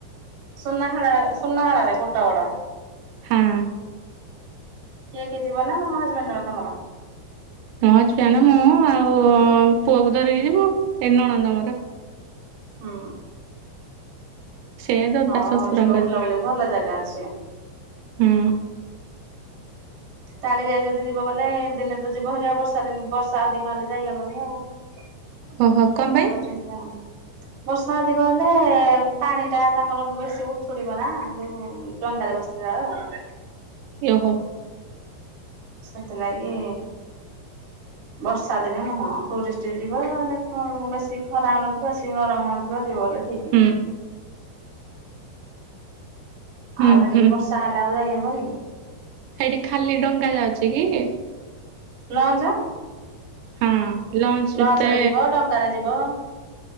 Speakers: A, on the right; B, on the right.
A: ସୁନାଖେଳା ସୁନାଖେଳାରେ କୁଟଗଡ଼।
B: ହଁ।
A: କିଏ କିଏ ଯିବ ନା ତମ ହଜବେଣ୍ଡର ତମର?
B: ମୋ ହଜବେଣ୍ଡ, ମୁଁ ଆଉ ପୁଅକୁ ଧରିକି ଯିବୁ ଏଇ ନଣନ୍ଦ ମୋର।
A: ହୁଁ।
B: ସେ ଦଦା
A: ହଉ
B: ଶଶୁରଙ୍କ
A: ହଉ ଯିବ ବୁଲାବୁଲି
B: ଝିଅ
A: ଭଲ ଜାଗା ଅଛି।
B: ହୁଁ।
A: କାଳିଜାଇ ଯଦି ଯିବ ବୋଲେ ଦିନେ ତ ଯିବ ହେରିଆ, ବର୍ଷା ଦିନ ବର୍ଷା ଅଧିକା ହେଲେ ଯାଇହବନି ଆଉ। <unintelligible>
B: ଓହୋ କଣ ପାଇଁ?
A: ଠେଇ କଣ ବର୍ଷା ଅଧିକ ହେଲେ ପାଣିଟା ତାଙ୍କର ବେଶୀ ଉଛୁଳିବ ନା ଯୋଉ ଡଙ୍ଗାରେ ବସିଲା ବେଳେ।
B: ଏ ହୋ।
A: ସେଥିଲାଗି
B: ହୁଁ
A: ବର୍ଷା ଦିନେ ନୁହଁ ଟୁରିଷ୍ଟ ଯିବ, ବେଶୀ ଖରା ହଉ ନଥିବ ବେଶୀ ଗରମ ହଉ ନଥିବ ଯିବ ବୋଲିଲେ।
B: ହୁଁ
A: <unintelligible>
B: ହୁଁ
A: ଆଉ ଏଣିକି
B: ହୁଁ
A: ବ ତାହେଲେ ଆଉ ଯାଇ ହବ କି?
B: ସେଇଠି ଖାଲି ଡଙ୍ଗା ଯାଉଛି କି?
A: ଲଞ୍ଚ
B: ହଁ ଲଞ୍ଚ
A: ଲଞ୍ଚରେ
B: ରେ
A: ଯିବ, ଡ ଙ୍ଗାରେ ଯିବ।